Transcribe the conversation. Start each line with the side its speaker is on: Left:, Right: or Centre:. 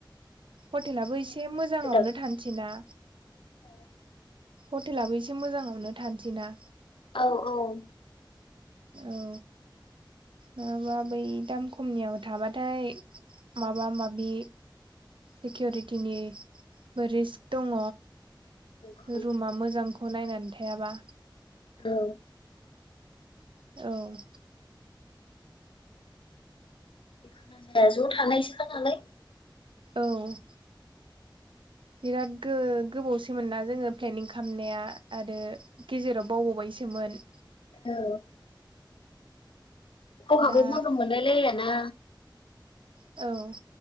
Right: हटेलाबो एसे मोजाङावनो
Left: दाखु
Right: थानसै ना हटेलाबो एसे मोजाङावनो थानोसैना
Left: औ औ
Right: औ नोङाबा बै दाम खमनियाव थाबाथाय माबा माबि सिकिउरिटिनिबो रिस्क दङ
Left: औ
Right: रुमा मोजांखौ नायनानै थायाबा
Left: औ
Right: औ
Left: जिखुनु जाया ज' थानायसोखा नालाय
Right: औ बिराद गो-गोबावसि मोनना जोङो प्लेनिं खामनाया आरो गेजेराव बावबावबायसोमोन
Left: औ <unintelligible>
Right: दा
Left: मोजां मोनलायलायाना
Right: औ